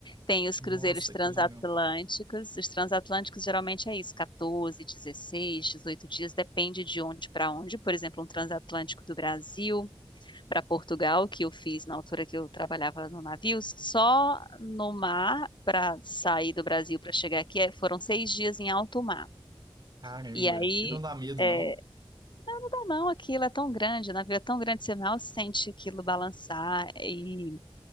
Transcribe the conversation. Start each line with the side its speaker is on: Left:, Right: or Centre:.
Left: Tem os
Right: Nossa,
Left: cruzeiros transatlânticos.
Right: que legal.
Left: Os transatlânticos geralmente é isso, 14, 16 18 dias, depende de onde para onde. Por exemplo, um transatlântico do Brasil para Portugal, que eu fiz na altura que eu trabalhava no navio, só no mar para sair do Brasil para chegar aqui é- foram seis dias em alto mar.
Right: Caramba.
Left: E aí,
Right: E não dá medo,
Left: é,
Right: não?
Left: não, não, aquilo é tão grande, o navio é tão grande, você mal sente aquilo balançar e